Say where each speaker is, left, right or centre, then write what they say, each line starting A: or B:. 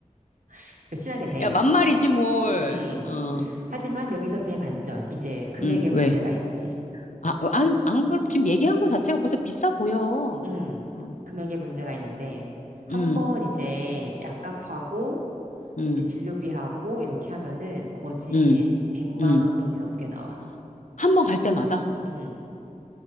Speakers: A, on the right; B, on the left.
A: <laughs> 친하게 돼.
B: 야, 만말이지, 뭘.
A: 음.
B: 어,
A: 하지만 여기서 대반전. 이제 금액의
B: 음, 왜?
A: 문제가 있지.
B: 아, 어, 앙, 앙, 지금 얘기한 거 자체가 벌써 비싸 보여. 어,
A: 음.
B: 음,
A: 금액의 문제가 있는데 한
B: 음,
A: 번 이제 약값하고
B: 음,
A: 이제 진료비하고 이렇게 하면은 거진
B: 음,
A: 100만
B: 음.
A: 원 돈이 넘게 나와.
B: 한 번 갈 때마다?
A: 음.